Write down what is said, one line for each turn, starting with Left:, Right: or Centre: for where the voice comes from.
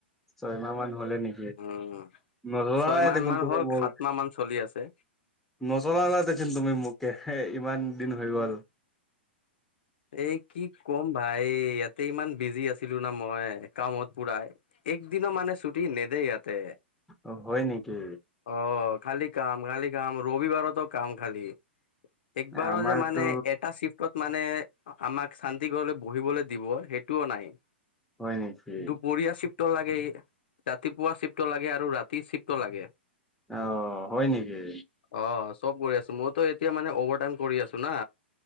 Centre: চ এমাহ মান হ'লে নে।
Left: উম
Centre: নজৰা
Left: ছয়মাহ
Centre: নাই দেখোন
Left: মান
Centre: তুমি
Left: হ'ল
Centre: মোক।
Left: সাত মাহ মান চলি আছে
Centre: নচলাও না দেখন তুমি মোকে হে ইমান দিন হৈ গ'ল।
Left: এ কি ক'ম ভাই ইয়াতে ইমান বিজি আছিলোঁ না মই। কামত পুৰাই এক দিনো মানে ছুটি নেদে ইয়াতে।
Centre: অ হয় নেকি।
Left: অ খালি কাম খালি কাম ৰবিবাৰতো কাম খালি। একবাৰো
Centre: আমাৰতো
Left: যে মানে এটা চিফ। টত মানে আমাক শান্তি ঘৰলৈ বহিবলৈ দিব সেইটোও নাই।
Centre: হয় নেকি?
Left: দুপৰীয়া চিপ। টো লাগেই ৰাতিপুৱা চিফটো লাগে আৰু ৰাতি চিফটো লাগে।
Centre: অ' হয় নেকি?
Left: অ চব কৰি আছোঁ মইতো এতিয়া মানে অভাৰটাইম কৰি আছোঁ না।